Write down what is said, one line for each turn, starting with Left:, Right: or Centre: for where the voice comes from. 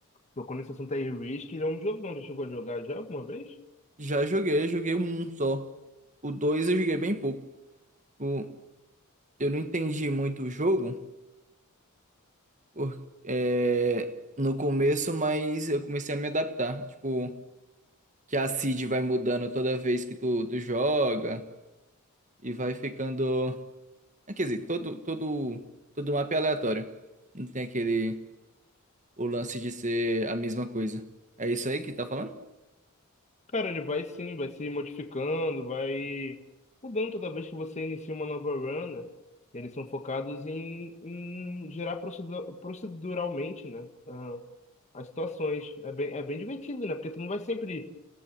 Left: tocou nesse assunto aí, Risk, ele é um jogão. Já chegou a jogar já alguma vez?
Right: Já joguei, joguei um só. O dois eu joguei bem pouco. O, eu não entendi muito o jogo por, é, no começo, mas eu comecei a me adaptar. Tipo, que a seed vai mudando toda vez que tu, tu joga e vai ficando. É, quer dizer, todo, todo, todo mapa é aleatório. Não tem aquele o lance de ser a mesma coisa. É isso aí que tá falando?
Left: Cara, ele vai sim, vai se modificando, vai mudando toda vez que você inicia uma nova run, né? Eles são focados em, em gerar procedu- proceduralmente, né? ah, as situações. É bem, é bem divertido, né? Porque tu não vai sempre